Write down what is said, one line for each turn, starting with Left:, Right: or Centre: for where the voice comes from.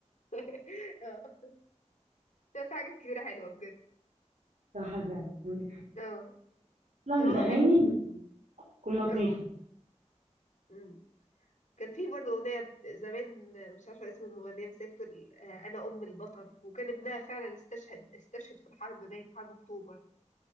Left: <laughs> اه ده في حاجات كتيرة حلوة بجد
Right: صح فعلا عندك حق
Left: اه
Right: أصلا
Left: ما هو
Right: الأغاني
Left: حلو
Right: بتكون لطيفة
Left: اه أمم. كان في برضه أغنية زمان مش عارفة اسم المغنية بس هي بتقول آه، أنا أم البطل وكان ابنها فعلا استشهد استشهد في الحرب باين في حرب أكتوبر